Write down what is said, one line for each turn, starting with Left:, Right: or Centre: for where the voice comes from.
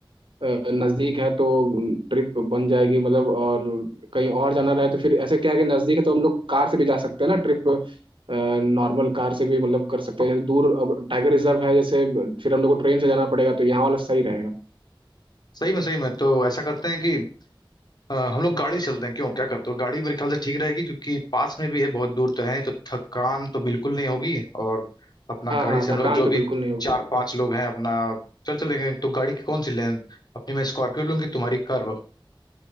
Right: अ, अ, नजदीक है तो ट्रिप बन जाएगी मतलब और कहीं और जाना रहे तो फिर ऐसे क्या है कि नजदीक है तो हम लोग कार से भी जा सकते हैं ना ट्रिप नॉर्मल कार से भी मतलब कर सकते हैं दूर अब टाइगर रिजर्व है जैसे फिर हम लोग को ट्रेन से जाना पड़ेगा तो यहाँ वाला सही रहेगा
Left: सही में सही में तो ऐसा करते हैं कि अ, हम लोग गाड़ी चलते हैं क्यों क्या करते हो गाड़ी मेरे ख्याल से ठीक रहेगी क्योंकि पास में भी है बहुत दूर तो है नहीं, तो थकान तो बिल्कुल नहीं होगी और अपना
Right: हाँ
Left: गाड़ी
Right: हाँ
Left: से हम
Right: थकान
Left: लोग जो
Right: तो
Left: भी
Right: बिल्कुल नहीं होगी
Left: चार पांच लोग हैं अपना चल चलेंगे तो गाड़ी की कौन सी लें अपनी मैं स्कॉर्पियो लूँ कि तुम्हारी कर्व